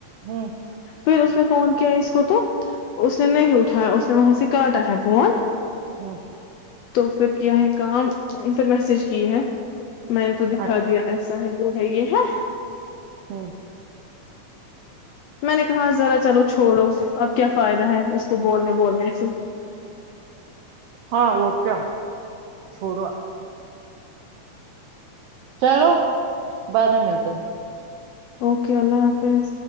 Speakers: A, on the right; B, on the left.
A: ہوں <unintelligible>
B: پھر اس نے فون کیا اس کو تو اس نے نہیں اٹھا اس نے وہاں سے کاٹا ہے فون <unintelligible>
A: ہوں <unintelligible>
B: تو پھر کیا ہے کام پھر میسج کیے ہے <unintelligible> میں تو دکھا
A: اچھا
B: دیا ایسا ہے <unintelligible> وہ ہےگی ہے <unintelligible>
A: ہوں <unintelligible>
B: میں نے کہا ذرا چلو چھوڑو اب کیا فائدہ ہے اس کو بولنے بولنے سے
A: ہاں وہ کیا چھوڑو چلو بعد میں ملتے ہیں
B: اوکے اللہ حافظ